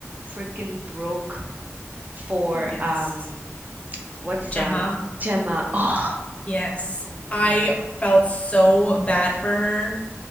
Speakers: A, on the right; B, on the left.
A: freaking broke for
B: Yes.
A: um what's
B: Gemma.
A: um Gemma. Oh,
B: Yes.
A: oh my
B: I
A: goodness.
B: felt so bad for her.